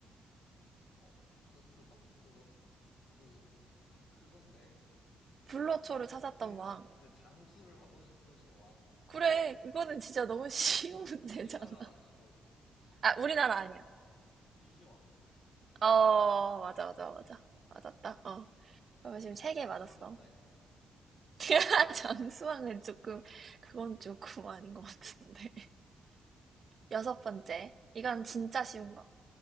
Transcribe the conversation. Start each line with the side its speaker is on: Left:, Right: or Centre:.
Left: 어, 그, 그, 막, 그거, 그, 아, 그건데.
Right: 불로초를 찾았던
Left: 그니까
Right: 왕.
Left: 그 장수를 하고 싶으신 왕. 근데
Right: 그래, 그거는 진짜 너무 <laughs> 쉬운
Left: 그- 근데 우,
Right: 문제잖아.
Left: 우리나라 아닌 거지.
Right: 아, 우리나라 아니야.
Left: 진시황
Right: 어, 맞아,
Left: 맞아?
Right: 맞아, 맞아.
Left: 어.
Right: 맞았다. 어. 그러면 지금
Left: 나
Right: 세
Left: 그래 장수왕인가
Right: 개 맞았어.
Left: 했네.
Right: <laughs> 장수왕은 조금, 그건 조금 아닌 것 같은데. 여섯 번째. 이건 진짜 쉬운 거